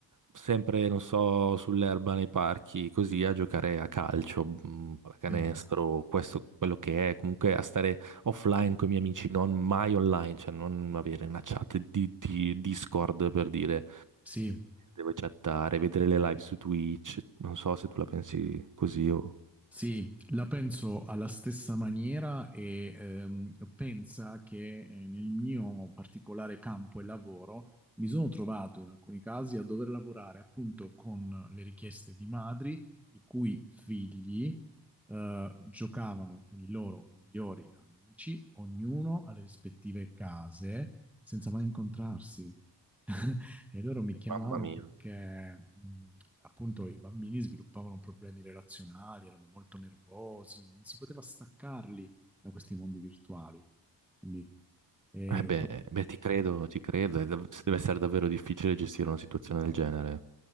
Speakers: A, on the right; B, in the centre.
A: sempre, non so, sull'erba nei parchi, così a giocare a calcio, mh, pallacanestro,
B: sì,
A: questo quello che è, comunque a stare offline con i miei amici, non mai online, cioè non avere una chat di, di Discord per dire
B: sì,
A: devo chattare, vedere le live su Twitch. Non so se tu la pensi così o...
B: sì, la penso alla stessa maniera e ehm, pensa che eh, nel mio particolare campo e lavoro mi sono trovato in alcuni casi a dover lavorare appunto con le richieste di madri i cui figli eh, giocavano con i loro migliori amici, ognuno alle rispettive case, senza mai incontrarsi. <laughs> E loro mi chiamavano
A: Mamma mia.
B: perché mh, appunto i bambini sviluppavano problemi relazionali, erano molto nervosi, non si poteva staccarli da questi mondi virtuali. Quindi è
A: Eh
B: un
A: beh,
B: pro-
A: beh, ti credo,
B: Mm,
A: ti credo, è dav- deve essere davvero difficile gestire una situazione del genere.